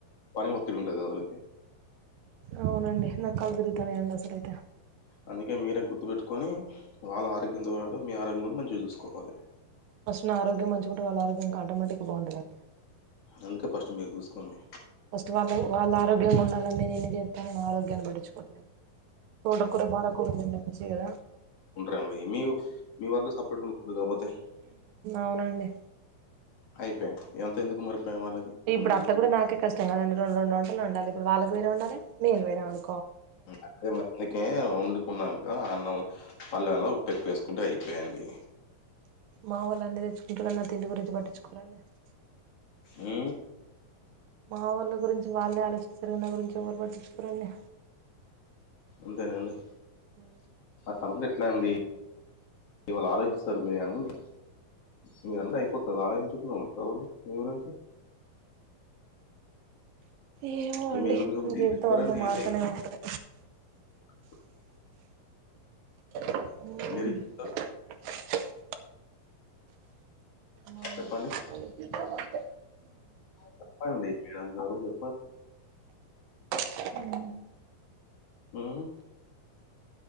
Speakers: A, on the left (about 50°); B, on the right (about 75°).
A: పని ఒత్తిడి ఉంటది కదా వాళ్ళకి
B: అవునండి నాకు కళ్ళు తిరుగుతున్నాయి అండి అసలు అయితే
A: అందుకే మీరే గుర్తుపెట్టుకొని వాళ్ళ ఆరోగ్యంతో పాటు మీ ఆరోగ్యం కూడా మంచిగా చూసుకోవాలి
B: ఫస్ట్ నా ఆరోగ్యం మంచుకుంటే వాళ్ళ ఆరోగ్యం ఆటోమేటిక్ బాగుంటదండి
A: అందుకే ఫస్ట్ మీరు చూసుకోండి
B: ఫస్ట్ వాళ్ళవి వాళ్ళ ఆరోగ్యంగా ఉండాలని నేనన్నీ చెత్తను నా ఆరోగ్యాన్ని పటించుకోట్లేదు తోట కూర పాలకూర తింటే మంచిగా
A: ఉంటరండి మీ మీ వరకు సపరేట్ వండుకోదు కాపోతే
B: అవునండి
A: అయిపా ఎంత ఎందుకు మరి పే వాళ్ళకి
B: ఇప్పుడు
A: అనుడు.
B: అట్ల కూడా నాకే కష్టం కదండి రెండు రెండు వంటలు ఉండాలి ఇప్పుడు వాళ్ళకు వేరే వండాలి నేను వేరే వన్
A: అదే మరి మీకే వండుకున్నంకా అన్ మనం పళ్ల వల ఉప్పెక్కువ వేసుకుంటే అయిపోయా అండి
B: మా వాళ్ళ అన్ని తెచ్చుకుంటున్నారు నా తిండి గురించి పట్టించుకోరండి
A: ఉ
B: మా వాళ్ళ గురించి వాళ్ళే ఆలోచిస్తారు నా గురించి ఎవ్వరు పట్టించుకోరండి
A: అంతేనండి
B: ఉ
A: తనందు ఎట్లా అండి ఇవాళ ఆలోచిస్తారు మీరు అనండి ఇగ అంత అయిపోతది ఆలోచించుకున్నా ఉంటువ వాళ్ళు మీ గురించి
B: ఏమో
A: అ
B: అండి
A: <inaudible> మీ గురించి
B: జీవితం అంతా మారుతూనే ఉంటది
A: <unintelligible>
B: అ
A: నిరీక్షిస్తారు.
B: <inaudible> బాగుంది
A: చెప్పండి.
B: మనకు జీతాలు వస్తాయ్
A: చెప్పండి మీరందరు చెప్ప
B: అ <inaudible>
A: ఉమ్